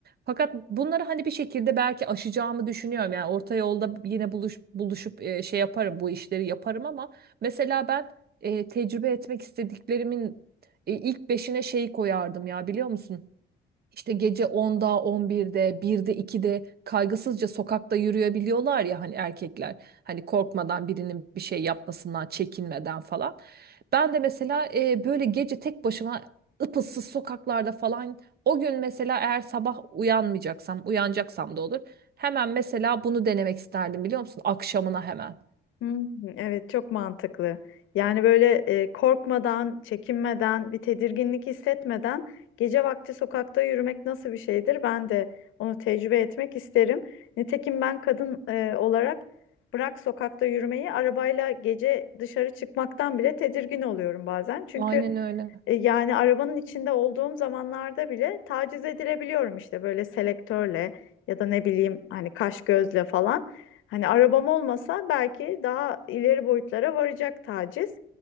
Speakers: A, on the right (about 50°); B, on the left (about 80°).
A: Fakat bunları hani bir şekilde belki aşacağımı düşünüyorum. Yani orta yolda yine buluş, buluşup e, şey yaparım, bu işleri yaparım ama mesela ben e, tecrübe etmek istediklerimin e, ilk beşine şeyi koyardım ya biliyor musun? İşte gece 10'da, birde 1'de, 2'de kaygısızca sokakta yürüyebiliyorlar ya hani erkekler. Hani korkmadan birinin bir şey yapmasından, çekinmeden falan. Ben de mesela e, böyle gece tek başıma ıpıssız sokaklarda falan o gün mesela eğer sabah uyanmayacaksam, uyanacaksam da olur. Hemen mesela bunu denemek isterdim biliyor musun? Akşamına hemen.
B: Hmm, evet çok mantıklı. Yani böyle e, korkmadan, çekinmeden, bir tedirginlik hissetmeden gece vakti sokakta yürümek nasıl bir şeydir? Ben de onu tecrübe etmek isterim. Nitekim ben kadın e, olarak bırak sokakta yürümeyi, arabayla gece dışarı çıkmaktan bile tedirgin oluyorum bazen. Çünkü
A: Aynen öyle.
B: e, Yani arabanın içinde olduğum zamanlarda bile taciz edilebiliyorum işte böyle selektörle ya da ne bileyim hani kaş gözle falan. Hani arabam olmasa belki daha ileri boyutlara varacak taciz.